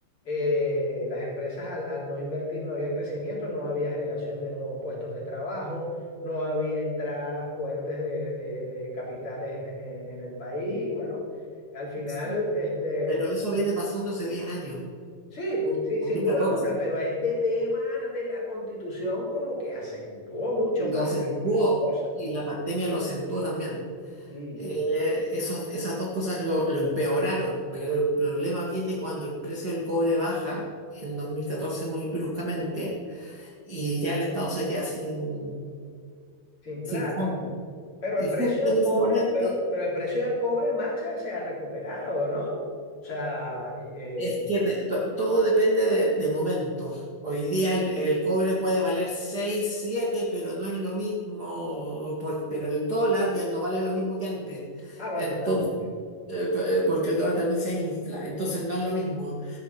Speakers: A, on the left; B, on the right.
A: Eh, las empresas al, al no invertir no había crecimiento, no había generación de nuevos puestos de trabajo, no había entradas fuertes de, de- de capitales en, e- en en el país y bueno, al final,
B: sí.
A: este,
B: Pero eso viene pasando hace 10 años,
A: sí,
B: en el
A: sí,
B: dos
A: sin
B: mil
A: duda
B: catorce
A: alguna, pero este tema de la constitución como que acentuó mucho
B: Lo
A: más
B: acentuó
A: la, la cosa,
B: y la pandemia lo acentuó también.
A: sí,
B: Eh, eh, esos- esas dos cosas lo, lo empeoraron, pero el problema viene cuando el precio del cobre baja en 2014 muy bruscamente y ya el Estado se queda sin,
A: sin plata.
B: sin fondos.
A: Pero
B: Y
A: el precio
B: justo
A: del
B: en
A: cobre,
B: ese momento
A: pero, pero el precio del cobre, Max, se se ha recuperado, ¿no? O sea, y, eh,
B: Es que de- to- todo depende de, de momentos. Hoy día el, el cobre puede valer 6 7 pero no es lo mismo, por- pero el dólar ya no vale lo mismo que antes.
A: ah, bueno,
B: Entonces,
A: claro, también,
B: eh, p- eh, porque el dólar también se infla, entonces no es lo mismo.